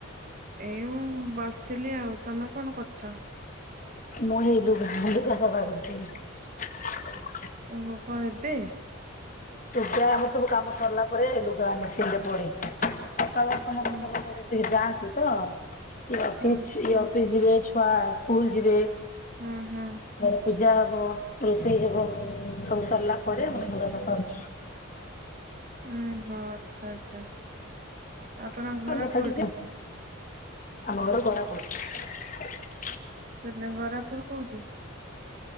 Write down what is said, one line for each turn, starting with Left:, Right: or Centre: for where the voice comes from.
Right: ଏଇ ବସିଥିଲି ଆଉ ତମେ କଣ କରୁଛ?
Left: ମୁଁ ହେଇ ଲୁଗା ଲୁଗା ସଫା କରୁଥିଲି।
Right: ଓହୋ କଣ ଏବେ?
Left: ଲୁଗା ଆମର ସବୁ କାମ ସରିଲା ପରେ ଲୁଗା ମେସିନରେ ପଡିଥାଏ। ସକାଳୁଆ ସମସ୍ତଙ୍କର
Right: ଓ
Left: ସବୁ କେହି ଯ ସେତ କିଏ ଅଫିସ୍
Right: ହଁ
Left: ଛୁଏ ଅଫିସ୍। <unintelligible> ଛୁଆ ସ୍କୁଲ ଯିବେ
Right: ହଁ ହଁ
Left: ଘରେ ପୂଜା ହବ। ବ ରୋଷେଇ ହେବ ସବୁ ସରିଲା ପରେ ଆମର ଲୁଗା ସଫା ହୁଏ।
Right: ଉଁ ହଁ ଆଚ୍ଛା ଆଛା। ଆପଣଙ୍କ ଘର
Left: କଥା
Right: କୋଉଠି?
Left: ଟିକେ ଆମ ଘର କୋରାପୁଟ।
Right: ସିନେ ଘର ର କୋଉଠି?